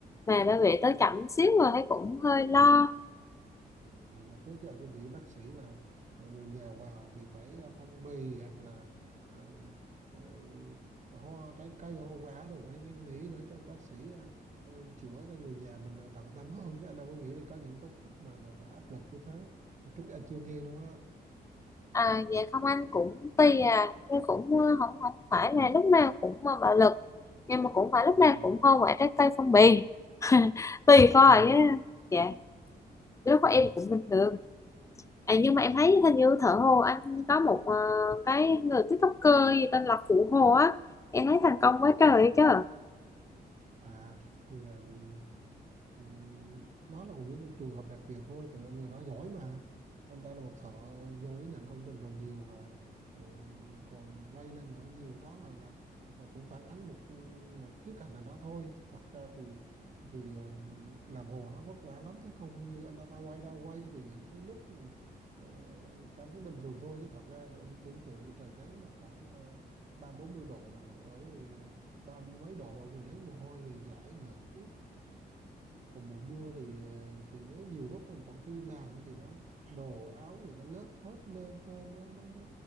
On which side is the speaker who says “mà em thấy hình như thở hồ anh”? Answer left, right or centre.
Left